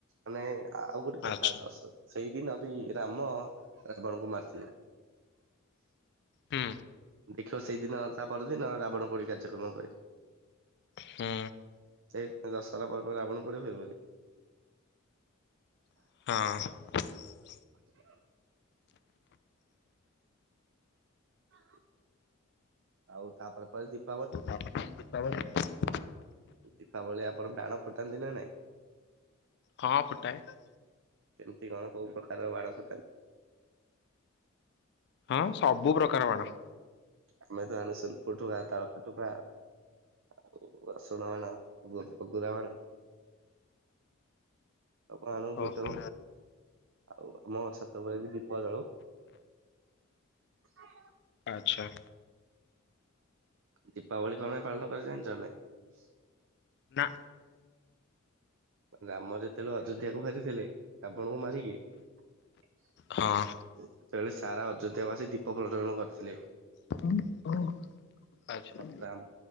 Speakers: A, on the right; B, on the left.
A: ହାଲୋ। ଆଉ ଗୋଟେ କଥା
B: ଆଚ୍ଛା
A: ଦଶ ସେଇଦିନ ବି ରାମ ରାବଣଙ୍କୁ ମାରିଥିଲେ।
B: ହୁଁ
A: ଦେଖିବ ସେଇଦିନ ତା ପରଦିନ ରାବଣ ପୋଡି କାର୍ଯ୍ୟକ୍ରମ ହୁଏ।
B: ହୁଁ
A: ସେଇ ଦଶହରା ପରେ ପରେ ରାବଣ ପୋଡି ହୁଏ ବୋଲି।
B: ହଁ।
A: <unintelligible> <inaudible> ଆଉ ତାପରେ ପା <unintelligible>
B: <unintelligible>
A: ଦୀପାବଳି ଆପଣ ବାଣ ଫୁଟାନ୍ତି ନା ନାଇଁ?
B: ହଁ ଫୁଟାଏ।
A: କେମତି କଣ କୋଉ ପ୍ରକାର ବାଣ ଫୁଟାନ୍ତି?
B: ହଁ ସବୁ ପ୍ରକାର ବାଣ।
A: ଆମେ ତ ଆଣୁ ସୁନୁଫୁଟୁକା ତାଳଫୁଟୁକା ଆଉ ରସୁଣ ବାଣ। ବୋ ହଗୁରା ବାଣ। ସବୁ ଆଣୁ ଫୁଟାଉ
B: ଓହୋ।
A: ଆଉ ଆମ ଛାତ ଉପରେ ବି ଦୀପ ଜଳଉ। <unintelligible>
B: ଆଚ୍ଛା।
A: ଦୀପାବଳି କଣ ପାଇଁ ପାଳନ କରାଯାଏ ଜାଣିଚଟ ନାଇଁ?
B: ନା
A: ରାମ ଯେତେବେଳେ ଅଯୋଧ୍ୟା କୁ ଫେରିଥିଲେ ରାବଣ କୁ ମାରିକି <unintelligible>
B: ହଁ
A: ସାରା ଅଯୋଧ୍ୟାବାସୀ ଦୀପ ପ୍ରଜୋଳନ କରିଥିଲେ।
B: <unintelligible> ଆଛା
A: ତ ରାମ